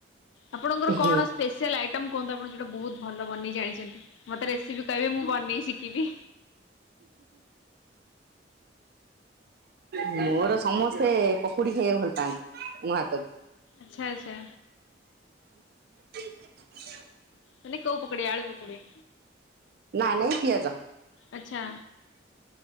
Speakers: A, on the left; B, on the right.
A: ଆପଣଙ୍କର
B: ନା।
A: କଣ ସ୍ପେଶିଆଲ୍ ଆଇଟମ୍ କୁହନ୍ତ ଆପଣ ଯୋଉଟା ବୋହୁତ୍ ଭଲ ବନେଇ ଜାଣିଚନ୍ତି। ମତେ ରେସିପି କହିବେ ମୁଁ ବନେଇ ଶିକିବି।
B: ମୋର ସମସ୍ତେ ପକୁଡ଼ି ଖାଇଆକୁ ଭଲ ପାଆନ୍ତି ମୋ ହାତରୁ।
A: ଆଛା ଆଛା।
B: ହ
A: ମାନେ କଉ ପକୁଡ଼ି ଆଳୁ ପକୁଡ଼ି
B: ନା ନାଇଁ ପିଆଜ
A: ଆଛା।